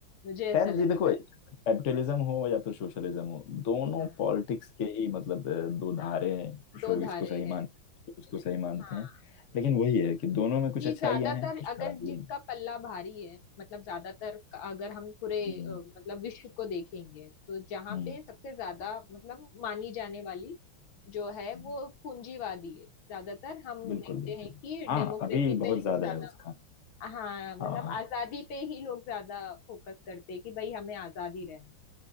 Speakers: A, on the left; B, on the left.
A: मुझे ऐसा
B: खैर
A: लगता
B: ये देखो
A: है
B: कैपिटलिज्म हो या फिर सोशलिज्म हो दोनों
A: हाँ
B: पॉलिटिक्स के ही मतलब अ, दो धारे हैं कुछ
A: दो
B: लोग इसको
A: धारे
B: सही मानते
A: हैं
B: हैं कुछ लोग इसको सही मानते
A: हाँ
B: हैं लेकिन वही है कि दोनों में कुछ
A: कि
B: अच्छाइयाँ
A: ज्यादातर
B: हैं कुछ
A: अगर
B: खराबियाँ
A: जिसका
B: हैं
A: पल्ला भारी है मतलब ज्यादातर क- अगर हम पूरे
B: हम्म
A: अ, मतलब विश्व को देखेंगे तो जहाँ
B: हम्म
A: पे सबसे ज्यादा मतलब मानी जाने वाली जो है
B: हम्म।
A: वो पूंजीवादी है ज्यादातर हम
B: बिल्कुल
A: देखते
B: बिल्कुल
A: हैं कि
B: हाँ
A: डेमोक्रेसी
B: अभी
A: पे
B: बहुत
A: ज्यादा
B: ज्यादा है उसका
A: हाँ मतलब
B: हाँ हाँ
A: आजादी पे ही लोग ज्यादा फोकस करते हैं कि भाई हमें आजादी रहे